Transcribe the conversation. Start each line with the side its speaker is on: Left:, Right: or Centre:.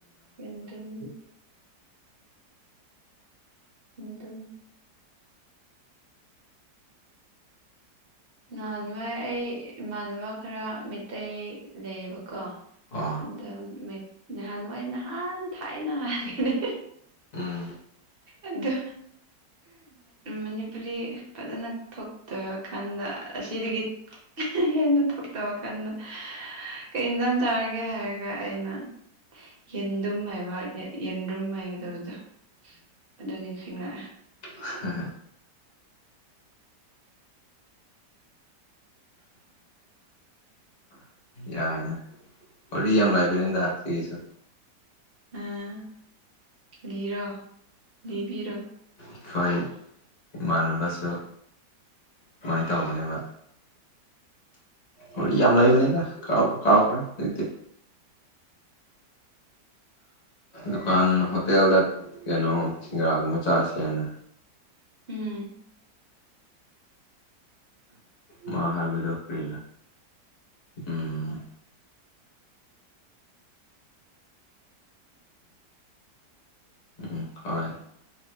Right: ꯌꯦꯟꯗꯦꯝ ꯑ ꯅꯍꯥꯟ ꯋꯥꯏ ꯑꯩ ꯏꯃꯥꯟꯅꯕ ꯈꯔ ꯃꯤꯇꯩꯩ ꯂꯩꯌꯦꯕꯀꯣ
Left: ꯑꯣ
Right: ꯑꯗ ꯃꯩ ꯅꯍꯥꯟ ꯅꯅꯨꯡꯋꯥꯥꯏ ꯅꯍꯥꯟ ꯊꯥꯏꯅ ꯍꯥꯢꯕꯅꯦ
Left: ꯎꯝ
Right: ꯑꯗꯨ ꯃꯅꯤꯄꯨꯔꯤ ꯐꯖꯅ ꯊꯣꯛꯇꯔꯀꯥꯟꯗ ꯑꯁꯤꯗꯒꯤ ꯍꯦꯟꯅ ꯊꯣꯛꯇꯕ ꯀꯟꯗ ꯀꯩ ꯌꯦꯟꯁꯥꯡ ꯆꯥꯔꯒꯦ ꯍꯥꯏꯔꯒ ꯑꯩꯅ ꯌꯦꯟꯗꯨꯝ ꯃꯥꯏꯕ ꯌꯦꯟꯗꯨꯝ ꯃꯥꯏꯒꯗꯕꯗꯣ ꯑꯗꯨꯅꯤ ꯈꯉꯥꯛꯑꯦ
Left: ꯍ ꯌꯥꯏꯅ ꯍ ꯌꯥꯝ ꯂꯥꯏꯕꯅꯤꯗ ꯁꯤꯒꯤꯁꯨ
Right: ꯑꯥ ꯀꯔꯤꯔꯣ ꯂꯤꯕꯤꯔꯣ
Left: ꯑꯩꯈꯣꯏ ꯏꯃꯥꯟꯅꯕꯁꯨ ꯀꯃꯥꯏꯅ ꯇꯧꯕꯅꯦꯕ ꯍ ꯌꯥꯝ ꯂꯩꯕ ꯅꯗ ꯀ ꯀꯥꯎꯈꯔꯗꯤ ꯗꯨꯀꯥꯟ ꯍꯣꯇꯦꯜꯗ ꯀꯩꯅꯣ ꯁꯤꯡꯒꯔꯥꯒꯨꯝꯕ ꯆꯥꯥꯁꯦ ꯍꯥꯏꯅ
Right: ꯎꯝ
Left: ꯃꯥ ꯍꯥꯏꯕꯗꯣ ꯀꯔꯤꯔ ꯎꯝ ꯎꯝ ꯍꯣꯏ